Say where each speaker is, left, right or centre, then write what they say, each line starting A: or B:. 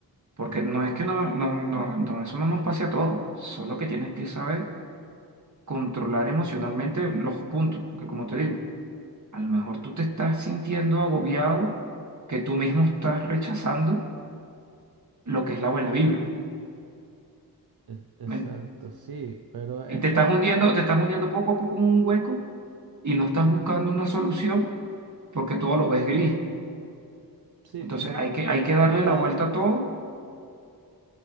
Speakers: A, on the right; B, on the right.
A: porque no es que no, no, no, no, eso no nos pase a todos, solo que tienes que saber controlar emocionalmente los puntos, porque como te digo, a lo mejor tú te estás sintiendo agobiado, que tú mismo estás rechazando lo que es la buena vibra.
B: Es- Exacto,
A: ¿Me-
B: sí, pero es,
A: Y te estás
B: es-
A: hundiendo, te estás hundiendo poco a poco en un hueco y no estás buscando una solución porque todo lo ves gris.
B: sí,
A: Entonces
B: como no,
A: hay que,
B: como
A: hay que
B: no
A: darle
B: he hablado,
A: la vuelta a todo,